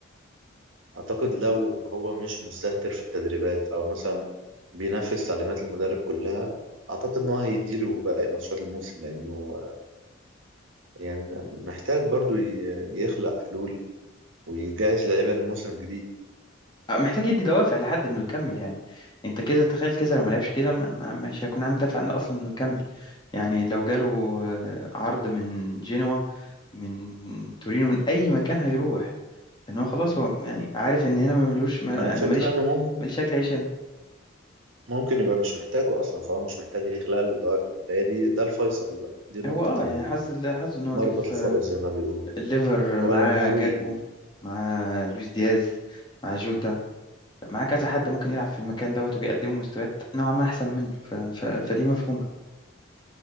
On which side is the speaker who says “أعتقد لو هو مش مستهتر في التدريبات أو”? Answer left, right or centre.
Right